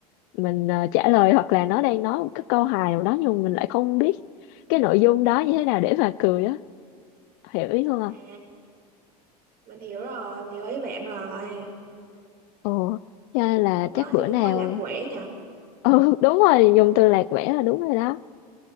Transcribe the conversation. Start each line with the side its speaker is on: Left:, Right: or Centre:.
Left: mình ờ, trả lời hoặc là nó đang nói một cái câu hài nào đó nhưng mà mình lại không biết cái nội dung đó như thế nào để mà cười á hiểu ý không ạ?
Right: À, mình hiểu rồi, mình hiểu ý bạn rồi.
Left: Ồ cho nên là
Right: Lúc đó
Left: chắc bữa
Right: thì cũng
Left: nào
Right: hơi lạc quẻ nhờ.
Left: ừ đúng rồi dùng từ lạc quẻ là đúng rồi đó